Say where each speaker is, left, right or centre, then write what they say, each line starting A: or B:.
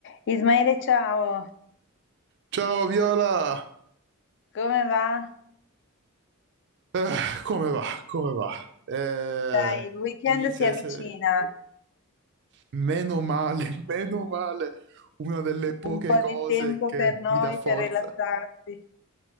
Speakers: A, on the left; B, on the right.
A: Ismaele, ciao,
B: Ciao Viola,
A: come va?
B: Eh, come va? Come va? Eh,
A: Il weekend
B: inizia
A: si avvicina,
B: a essere, meno male, <laughs> meno male, una delle poche
A: un po'
B: cose
A: di tempo
B: che
A: per noi
B: mi dà forza.
A: per rilassarsi.